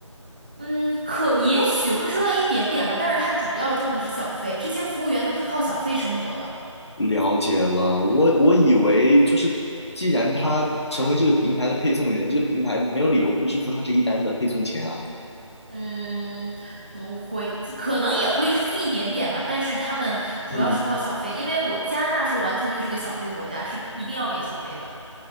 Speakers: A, on the right; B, on the left.
A: 嗯，可也许会收到一点点吧，但是他主要挣的是小费，这些服务员都是靠小费生活的。
B: 了解了，我我以为就是既然他成为这个平台的配送员，这个平台没有理由不支付他这一单的配送钱啊。
A: 嗯，不会，可能也会付一点点吧，但是他们主要是靠小费，
B: 嗯，
A: 因为我加拿大是完全就是一个小费国家，是一定要给小费的，